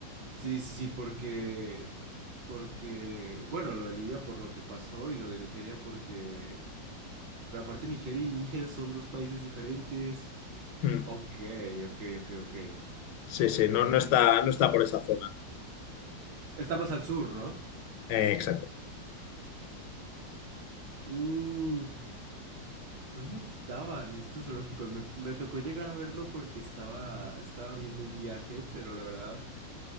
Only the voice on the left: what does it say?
Mm.
Sí, sí,
no, no está, no está por esa zona.
Eh, exacto.